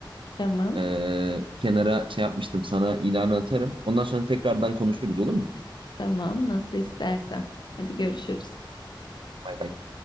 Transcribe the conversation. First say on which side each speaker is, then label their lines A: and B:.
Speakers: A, on the left (about 60°); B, on the right (about 80°).
A: Tamam
B: Ee, kenara şey yapmıştım sana ilanı atarım. Ondan sonra tekrardan konuşuruz olur mu?
A: tamam nasıl istersen. Hadi görüşürüz.
B: Bay bay.